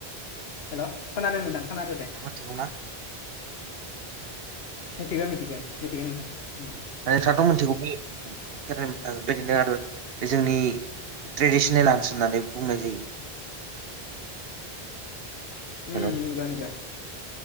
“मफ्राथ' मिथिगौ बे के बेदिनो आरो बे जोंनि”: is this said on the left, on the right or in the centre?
Right